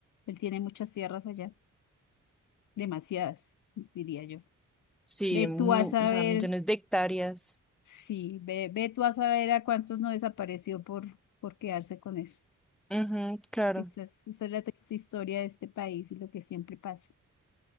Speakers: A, on the left; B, in the centre.
A: Él tiene muchas tierras allá, demasiadas, diría yo.
B: sí,
A: Ve
B: mu-
A: tú a saber,
B: o sea, millones de hectáreas.
A: sí, ve, ve tú a saber a cuántos no desapareció por, por quedarse con eso.
B: mhm, claro,
A: Esa esa es la triste historia de este país y lo que siempre pasa.